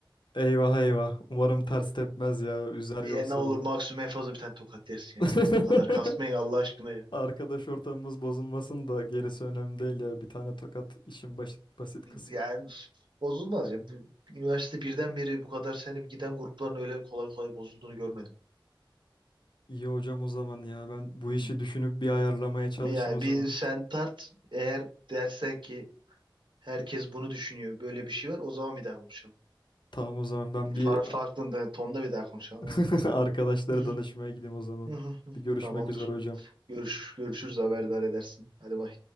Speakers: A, on the left; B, on the right.
A: Eyvah eyvah umarım ters tepmez ya üzer
B: Ya
A: yoksa
B: ne olur
A: bu.
B: maksimum en fazla bir tane tokat yersin
A: <laughs>
B: ya. Bu kadar kasmayın Allah aşkına ya.
A: Arkadaş ortamımız bozulmasın da gerisi önemli değil ya bir tane tokat işin basit, basit kısmı.
B: Yani bozulmaz ya. Bir- Üniversite birden beri bu kadar sene giden grupların öyle kolay kolay bozulduğunu görmedim.
A: İyi hocam o zaman ya. Ben bu işi
B: Hı.
A: düşünüp bir ayarlamaya çalışayım
B: Yani
A: o zaman.
B: bir sen tart eğer dersen ki herkes bunu düşünüyor böyle bir şey var o zaman bir daha konuşalım.
A: Tamam o zaman ben
B: Far
A: bir
B: farklı da- tonda bir daha konuşalım
A: <laughs>
B: aynen.
A: arkadaşlara
B: Hı hı,
A: danışmaya gideyim o zaman.
B: hı hı, hı.
A: Bir görüşmek
B: Tamamdır.
A: üzere hocam.
B: Görüş, görüşürüz haberdar edersin. Hadi bay.